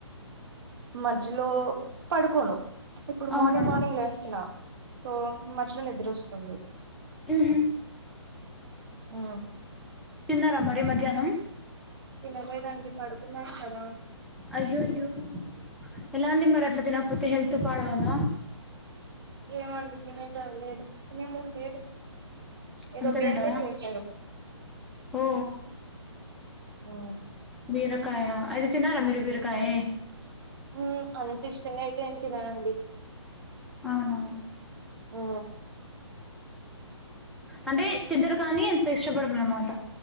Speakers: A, on the right (about 50°); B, in the centre.
A: మధ్యలో పడుకోను ఇప్పుడు
B: అవునా
A: మార్నింగ్ మార్నింగ్ లేస్తున్నా సో మస్త్ నిద్ర వస్తుంది
B: ఉహు
A: ఆ
B: తిన్నారా మరి మధ్యాహ్నం
A: తినలేదండి పడుకున్నాను కదా
B: అయ్యయ్యో ఎలాండి మరి అట్లా తినకపోతే హెల్త్ పాడవదా
A: ఏమో అండి తినే టైం లేదు తినే మూడ్ లేదు ఏదో
B: అంతేనంటార
A: బీరకాయ చేశారు
B: ఓ
A: ఆ
B: బీరకాయ అది తినరా మీరు బీరకాయి
A: ఉ అంత ఇష్టంగా అయితే ఏమి తినను అండి
B: అవునా
A: ఉ
B: అంటే తింటరు కానీ అంత ఇష్టపడరు అన్నమాట